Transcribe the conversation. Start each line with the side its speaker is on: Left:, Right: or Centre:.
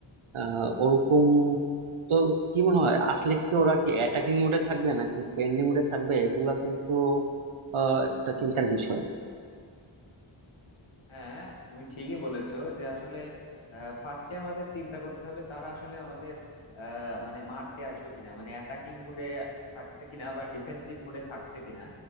Right: আহ ওরকম তো কি মনে হয় আসলে কি ওরা কি অ্যাটাকিং মোডে থাকবে নাকি পেন্ডিং মোডে থাকবে এগুলা কিন্তু আহ একটা চিন্তার বিষয়
Left: হ্যাঁ তুমি ঠিকই বলেছো যে আসলে ফার্স্টে আমাদের চিন্তা করতে হবে তারা আসলে আমাদের আহ, মানে মারতে আসবে কিনা মানে অ্যাটাকিং মুডে থাকছে কিনা বা ডিফেন্সিভ মুডে থাকছে কিনা